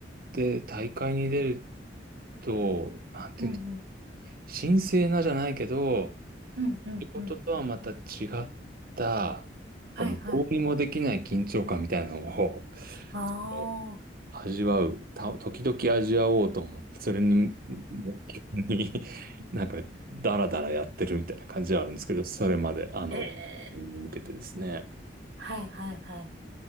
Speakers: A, on the right (about 55°); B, on the right (about 75°).
A: で、大会に出ると、なんていうんですか、
B: うんうん。
A: 神聖なじゃないけど、
B: うんうんうん。
A: 仕事とはまた違った、
B: はいはい。
A: なんかもうどうにもできない緊張感みたいなのを
B: ああ。
A: えー味わう、た、時々味わおうと思って、それに目標に <laughs> なんかダラダラやってるみたいな感じはあるんですけど、それまで、あの、
B: ええ。
A: に向けてですね。
B: はいはいはい。